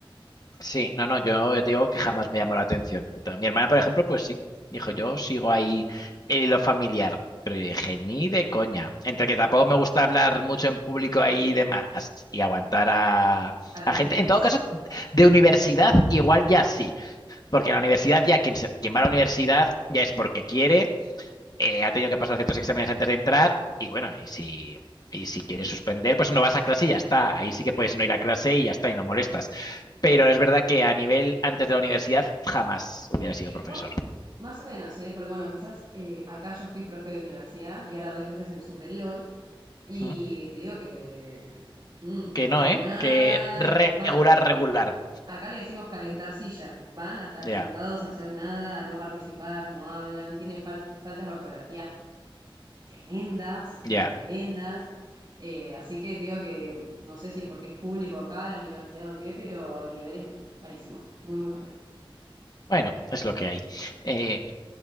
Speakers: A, on the left; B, on the right.
A: Sí, no, no, yo te digo que jamás me llamó la atención. Mi hermana, por ejemplo, pues sí. Dijo, yo sigo ahí en lo familiar. Pero yo dije, ni de coña. Entre que tampoco me gusta hablar mucho en público ahí y demás. Y aguantar a,
B: a los
A: a gente.
B: críos.
A: En todo caso, de universidad igual ya sí. Porque en la universidad ya quien, se- quien va a la universidad ya es porque quiere eh, ha tenido que pasar ciertos exámenes antes de entrar y bueno, y si, y si quieres suspender, pues no vas a clase y ya está. Ahí sí que puedes no ir a clase y ya está, y no molestas. Pero es verdad que a nivel antes de la universidad jamás hubiera sido
B: Igual,
A: profesor.
B: más o menos, ¿eh? Porque bueno, quizás eh, acá yo fui profe de universidad y ahora doy clases en superior y
A: ¿Mm?
B: te digo que mm,
A: Que
B: no
A: no,
B: hacen
A: ¿eh?
B: nada,
A: Que regular,
B: van,
A: regular.
B: acá le decimos calentar silla, van a estar
A: Ya,
B: sentados a hacer nada, a no participar, no hablan, tienen fal- faltas de ortografía tremendas, pero
A: ya.
B: tremendas. Eh, así que te digo que no sé si porque es público acá, la universidad o qué, pero el nivel es malísimo, muy, muy malo.
A: Bueno, es lo que hay. Eh,